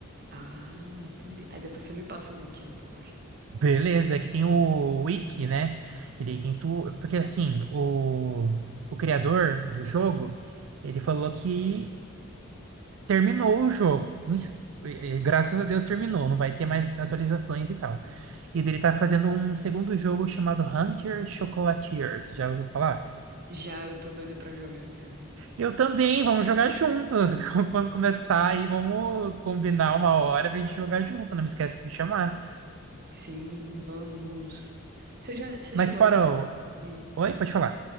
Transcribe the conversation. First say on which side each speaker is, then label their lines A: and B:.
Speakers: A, on the right; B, on the right.
A: Ah, entendi. Aí depois você me passa o link aí pra eu baixar.
B: Beleza, aqui tem o Wiki, né? Ele tem tudo. Porque assim, o, o criador do jogo, ele falou que terminou o jogo. e- e Graças a Deus terminou, não vai ter mais atualizações e tal. E dele tá fazendo um segundo jogo chamado Hunter Chocolatier. Você já ouviu falar?
A: Já, eu tô doida pra jogar, cara.
B: Eu também, vamos jogar junto. <laughs> Quando começar aí, vamos combinar uma hora pra gente jogar junto. Não me esquece de me chamar.
A: Sim, vamos. Você já, você
B: Mas
A: chegou
B: fora
A: a zerar,
B: o...
A: hum,
B: Oi, pode falar.